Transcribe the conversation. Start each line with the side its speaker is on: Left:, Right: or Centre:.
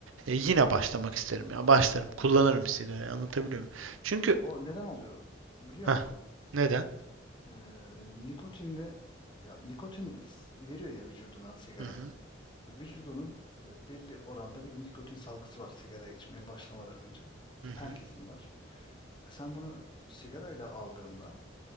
Right: e, yine başlamak isterim ya. Başlarım. Kullanırım sigarayı. Anlatabiliyor muyum? Çünkü
Left: O neden oluyor biliyor
Right: heh,
Left: musun?
Right: neden?
Left: E, nikotinde ya nikotin s- veriyor ya vücuduna sigara.
Right: Hı hı,
Left: Vücudunun e, belli oranda bir nikotin salgısı var sigara içmeye başlamadan önce.
Right: hı hı,
Left: Herkesin var. E, Sen bunu sigarayla aldığında